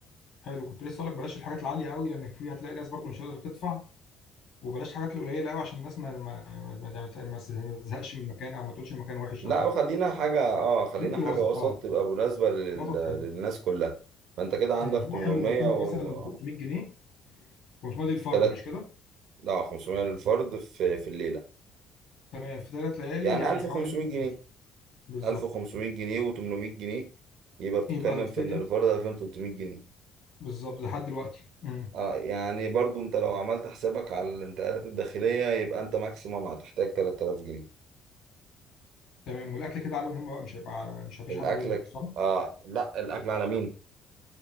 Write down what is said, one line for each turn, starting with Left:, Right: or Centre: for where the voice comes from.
Left: حلو كنت لسه هقول لك بلاش الحاجات العاليه قوي لان في هتلاقي ناس برضو مش قادره تدفع وبلاش الحاجات القليله قوي عشان الناس ما ما ما, ما, ما تزهقش من المكان او ما تقولش المكان وحش
Right: لا
Left: او كده
Right: وخلينا حاجة اه خلينا
Left: خليك في
Right: حاجة
Left: الوسط
Right: وسط
Left: اه
Right: تبقى مناسبة لل...
Left: الوسط
Right: للناس
Left: حلو
Right: كلها فانت كده عندك
Left: امم هو
Right: 800
Left: حلو لو كان
Right: و
Left: مثلا
Right: آه،
Left: ب 500 جنيه 500 دي الفرد
Right: في تلات
Left: مش كده؟
Right: لا 500 للفرد في في الليلة
Left: تمام في ثلاث ليالي
Right: يعني
Left: يعني
Right: 1500
Left: حوالي 1000 ونص.
Right: جنيه
Left: بالظبط
Right: 1500 جنيه و800 جنيه يبقى بتتكلم
Left: يبقى 2000
Right: في ان الفرد 2300 جنيه
Left: بالظبط لحد دلوقتي مم.
Right: اه يعني برضو انت لو عملت حسابك على الانتقالات الداخلية يبقى انت ماكسيمم هتحتاج 3000 جنيه
Left: تمام والاكل كده عليهم هم بقى مش هيبقى مش مفيش
Right: الاكلك
Left: حد هيطبخ صح؟
Right: اه لا الاكل على مين